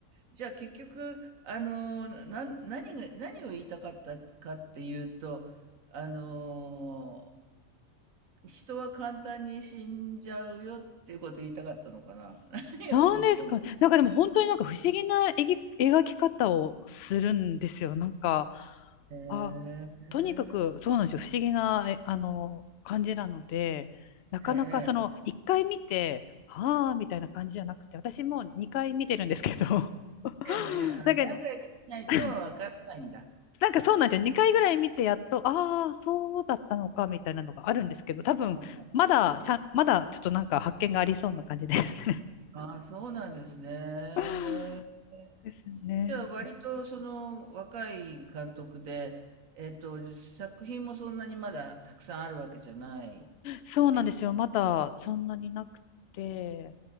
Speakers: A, on the right (about 80°); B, on the left (about 60°).
A: じゃあ結局、あの、な、何が、何を言いたかったかっていうと、あの、人は簡単に死んじゃうよっていうこと言いたかったのかな。<laughs>
B: なんですかね。
A: なんで
B: なんかでも本当になんか不思議な描き、描き方をするんですよ。なんか、
A: ええ、
B: あ、
A: ええ、
B: とにかくそうなんですよ。不思議な、えあの、感じなので、なかなかその、
A: ええ、
B: 一回見て、はあ、みたいな感じじゃなくて、私も2回見てるんですけど、<laughs>
A: ええ、あ、
B: なんか、
A: 何回かしないとわからないんだ。
B: <laughs> なんかそうなんですよ。2回ぐらい見て、やっと、ああ、そうだったのか、みたいなのがあるんですけど、多分、
A: なんだっていうの。
B: まだ、さ、まだちょっとなんか発見がありそうな感じですね。
A: ああ、そうなんですね。へ
B: <laughs> ですね。
A: え。じゃあ、割とその若い監督で、えっと、作品もそんなにまだたくさんあるわけじゃないっ
B: そうなんですよ。
A: ていうね、
B: まだそんなになくて。